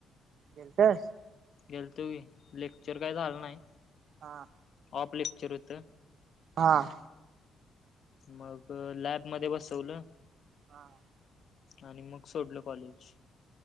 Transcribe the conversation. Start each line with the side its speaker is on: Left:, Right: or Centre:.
Right: गेलतंस.
Left: गेलतो लेक्चर काय झालं नाही.
Right: हा.
Left: ऑप लेक्चर होत.
Right: हां.
Left: मग लॅबमध्येध्ये बसवलं
Right: हां.
Left: आणि मग सोडल कॉलेज.